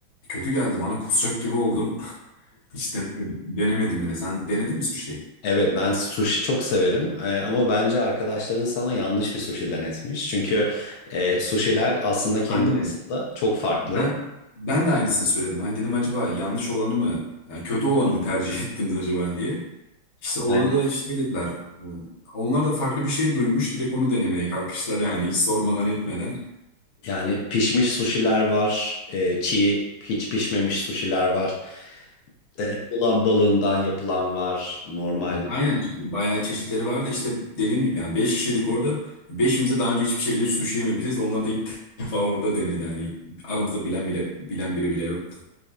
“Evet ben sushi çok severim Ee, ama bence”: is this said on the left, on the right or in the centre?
Left